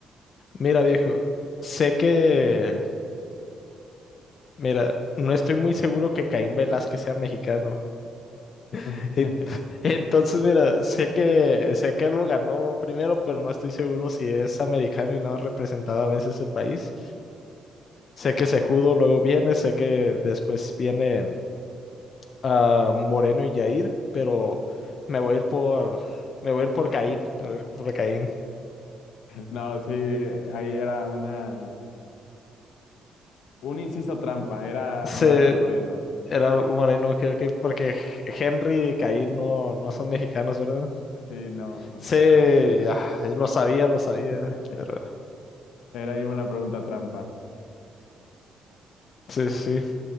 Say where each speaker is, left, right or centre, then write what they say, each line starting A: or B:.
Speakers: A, on the left (about 50°); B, on the left (about 85°).
A: mira, viejo. Sé que, mira, no estoy muy seguro que Caín Velázquez sea mexicano.
B: <laughs>
A: <laughs> Entonces, mira, sé que sé que lo ganó primero, pero no estoy seguro si es americano y no ha representado a veces el país. Sé que Sejudo luego viene, sé que después viene ah, Moreno y Jair, pero me voy a ir por me voy a ir por Caín, me voy a ir por Caín.
B: No, sí, ahí era una, un inciso trampa, era
A: Se,
B: Brandon Moreno.
A: era Moreno, creo que porque Henry y Caín no, no son mexicanos, ¿verdad?
B: Sí, no, no.
A: Sí, ya, lo sabía, lo sabía,
B: <laughs>
A: pero
B: Era ahí una pregunta trampa.
A: sí, sí. sí.